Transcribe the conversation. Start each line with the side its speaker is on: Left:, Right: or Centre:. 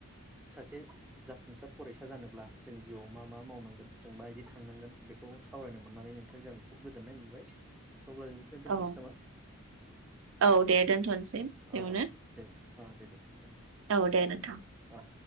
Centre: सासे जाफुंसार फरायसा जानोब्ला जों जिउआव मा मा मावनांगोन? जों मा बायदि थांनांगोन बेखौ सावरायनो मोननानै नोंथांजों आ खुब गोजोननाय मोनबाय। अब्ला जों बेखौनो दोनथ'नोसै
Right: औ
Centre: नामा
Right: औ दे दोनथ'नोसै बेयावनो
Centre: औ औ दे। अ दे दे
Right: औ दे नोंथां।
Centre: औ